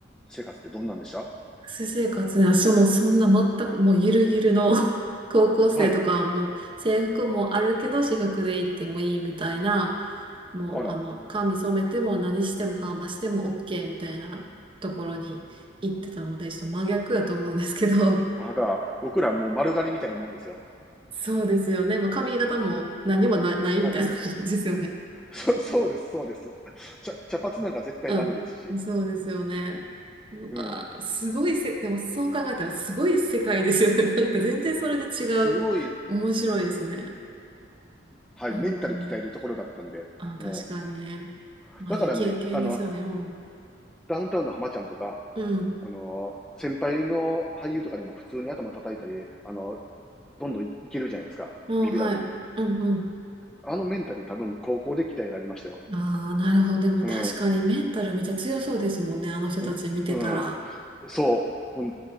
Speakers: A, in the centre; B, on the right.
A: 生活ってどんなんでした
B: 学生生活ね、私もそんな全く、もうゆるゆるの <laughs> 高校生とかはもう制服もあるけど、
A: はい。
B: 私服で行ってもいいみたいな、もう、
A: あら。
B: あの、髪染めても何してもパーマしても OK みたいなところに行ってたので、ちょっと真逆やと思うんですけど、
A: あら、僕らもう丸刈りみたいなもんですよ。
B: そうですよね。もう髪型も何もな、ないみたいな感じですよね。
A: はい。<laughs> そ、そうです、そうです。茶、茶髪なんか絶対ダメですし。
B: うん。そうですよね。うわー、
A: うん。
B: すごいせ、でもそう考えたらすごい世界ですよね。<laughs> なんか全然それで違う。
A: すごい、
B: 面白いですね。
A: はい、
B: なるほど。
A: メンタル鍛えるところだったんで、
B: あ、確かにね。
A: もう。
B: まあ、
A: だからね、
B: いい経験ですよね。
A: あの、
B: うん。
A: ダウンタウンの浜ちゃんとか、
B: うん。
A: あの、先輩の俳優とかにも普通に頭叩いたり、あの、どんどんいけるじゃないですか。
B: うん、
A: ビビらずに。
B: はい。うんうん。
A: あのメンタル多分高校で鍛えられましたよ。
B: ああ、なるほど。でも確かにメンタルめっちゃ強そうですもんね。
A: うん。
B: あの人たち見てたら。
A: うんうん。そう。ほん、